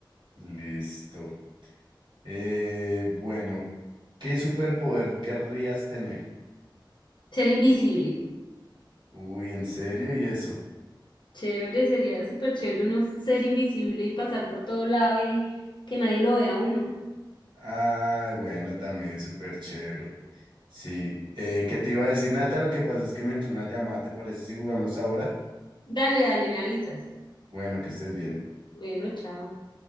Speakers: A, on the right; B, on the left.
A: Listo. Eh, bueno, ¿qué superpoder querrías tener?
B: Ser invisible.
A: Uy, ¿en serio? ¿Y eso?
B: Chévere, sería súper chévere uno ser invisible y pasar por todo lado y que nadie lo vea a uno.
A: Ah, bueno, también súper chévere. Sí. Eh, ¿qué te iba a decir, Nata? Lo que pasa es que me entró una llamada, ¿te parece si jugamos ahora?
B: Dale, dale, me avisas.
A: Bueno, que estés bien.
B: Bueno, chao.